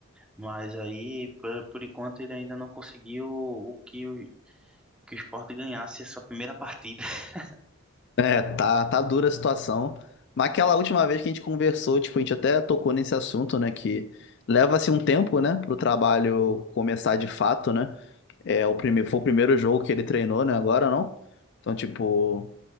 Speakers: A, in the centre; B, on the left.
A: mas aí, por, por enquanto, ele ainda não conseguiu o que, o que o Sport ganhasse essa primeira partida. <laughs>
B: É, tá, tá dura a situação. Mas aquela última vez que a gente conversou, tipo, a gente até tocou nesse assunto, né? Que leva-se um tempo, né, pro trabalho começar de fato, né? É, o primeiro, foi o primeiro jogo que ele treinou, né? Agora não. Então, tipo,